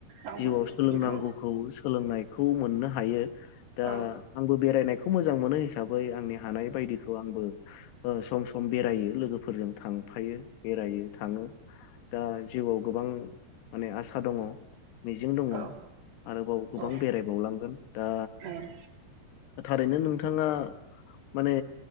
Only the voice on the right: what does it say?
आंबो
बेखौ
औ
औ
औ
औ